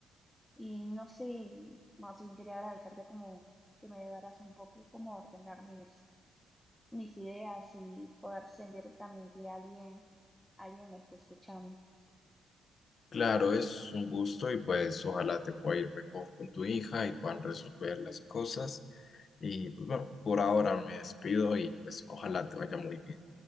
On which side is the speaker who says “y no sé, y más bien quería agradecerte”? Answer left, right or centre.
Centre